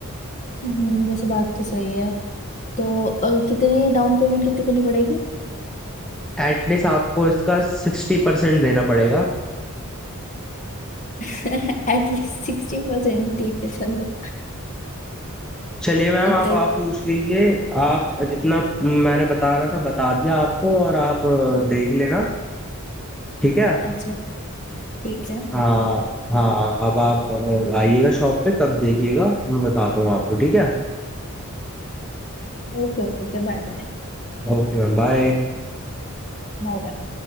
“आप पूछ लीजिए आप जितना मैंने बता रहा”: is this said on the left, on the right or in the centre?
Centre